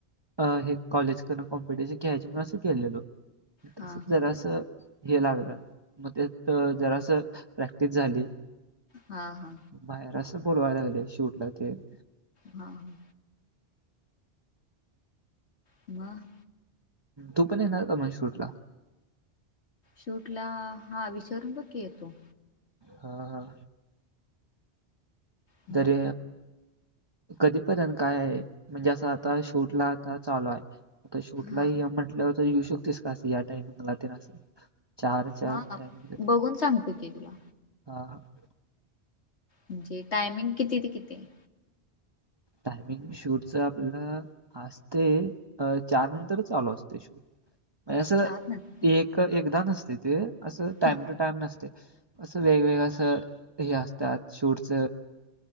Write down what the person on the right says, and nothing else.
अ हे कॉलेज करून कॉम्पिटिशन ख्याळायचे म्हणून असं गेलेलो
तस
जरासं. हे लागलं मग त्यात जरास प्रॅक्टिस झाली.
बाहेर असं बोलवायला लागले शूटला तेन.
तू पण येणार का माझ्या शूट ला.
हा हा,
तरी. कधीपर्यंत काय आहे म्हणजे असं आता शूट ला आता चालू हाय. आता शूटला
ये म्हंटलंवर तर येऊ शकतेस का असं या टाइमिंगला ते आसं. चार चार
ट
<unintelligible>
हा ह
टायमिंग शूटच आपलं. असते अ चार नंतरच चालू असते शूट. असं
एक एकदा नसते ते असं टाइम
टू टाइम नसते. त असं वेगवेगळ अस हे असतात शूटच.